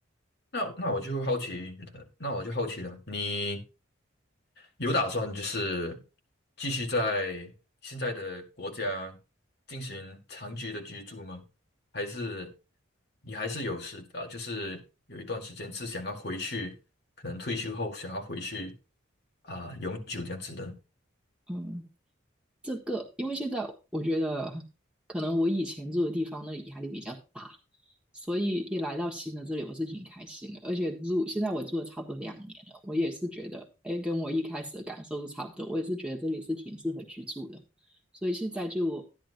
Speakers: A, on the left; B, in the centre.
A: 那那我就好奇了，那我就好奇了，你有打算就是继续在现在的国家进行长期的居住吗？还是你还是有时啊，就是有一段时间是想要回去，可能退休后想要回去啊，永久这样子的？
B: 嗯。这个，因为现在我觉得可能我以前住的地方那里压力比较大，所以一来到新的这里，我是挺开心的。而且住现在我住了差不多两年了，我也是觉得，哎，跟我一开始的感受是差不多。我也是觉得这里是挺适合居住的，所以现在就